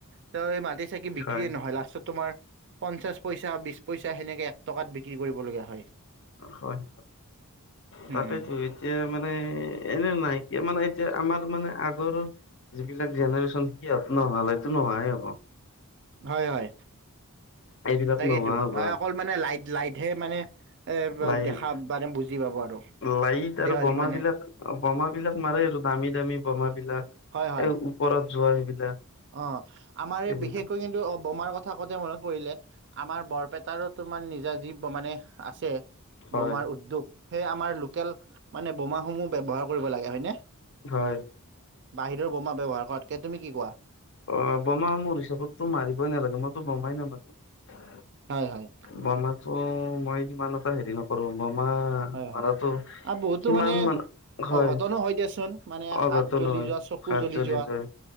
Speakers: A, on the right (about 50°); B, on the left (about 55°).
A: তেওঁ এই মাটি। চাকি বিক্ৰিয়ে
B: হয়
A: নহয় লাষ্টত তোমাৰ। পঞ্চাশ পইচা বিশ পইচা সেনেকে এক টকাত বিক্ৰি কৰিবলগীয়া হয়।
B: হয়
A: উম
B: তাকেইটো এতিয়া মানে এনে নাইকিয়া মানে এতিয়া আমাৰ মানে আগৰ! যিবিলাক জেনেৰেশ্যন সিহঁত নহলেতো নোহোৱাই হ'ব।
A: হয় হয়।
B: এইবিলাক
A: তাকেইটো,
B: নোহোৱা হ'ব
A: মানে অকল মানে লাইট লাইটহে মানে! এ
B: লাইট
A: দেখা মানে বুজি পাব আৰু।
B: লাইট আৰু
A: দেৱালী
B: বোমা
A: মানে
B: বিলাক। অ' বোমা বিলাক মাৰে আৰু দামী দামী বোমা বিলাক
A: হয় হয়
B: এই ওপৰত যোৱা সেইবিলাক।
A: অ', আমাৰ এই
B: এইবিলাক
A: বিশেষকৈ কিন্তু অ' বোমাৰ কথা। কওঁতে মনত পৰিলে আমাৰ বৰপেটাৰো তোমাৰ নিজা যি মানে আছে।
B: হয়
A: বোমাৰ উদ্যোগ সেয়ে আমাৰ লোকেল মানে বোমাস সমূহ ব্যৱহাৰ কৰিব লাগে হয় নে?
B: হয়
A: বাহিৰৰ বোমা ব্যৱহাৰ কৰাতকে, তুমি কি কোৱা?
B: অ', বোমা মোৰ হিচাপততো মাৰিবই নালাগে মইতো বোমাই নামাৰো।
A: হয় হয়।
B: বোমাটো মই সিমান এটা হেৰি নকৰো বমা।
A: হয়
B: মাৰাটো
A: হয় আৰু বহুতো
B: সিমান
A: মানে
B: মানে হয়,
A: অঘটনো দিয়াচোন মানে
B: অঘটন
A: হাত জ্বলি
B: হয়।
A: যোৱা চকু
B: হাত জ্বলি
A: যোৱা
B: যায়।